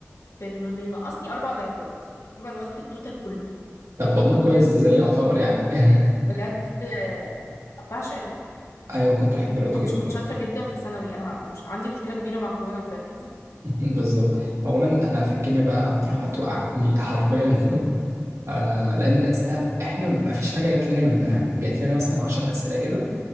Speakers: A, on the left (about 80°); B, on the right (about 80°).
A: في انه اللي نقصني اربع درجات اربع درجات في التوتال كله
B: طب والله كويس ده زي يعتبر يعني <laughs>
A: بجد آه، بعشق الرياضة
B: ايوه أنا كنت بحب الرياضه
A: وكنت
B: جدا
A: كنت
B: يعني
A: شاطرة جدا في ثانوي انا مش عندي مشكلة كبيرة مع كورونا بجد
B: <laughs> بالظبط عموما انا في الكيمياء بقى قامت راحت وقعتني حرفيا <laughs> آه لان الاسئله احنا ما فيش حاجه جات لنا من المنهج جات لنا مثلا 10 اسئله كده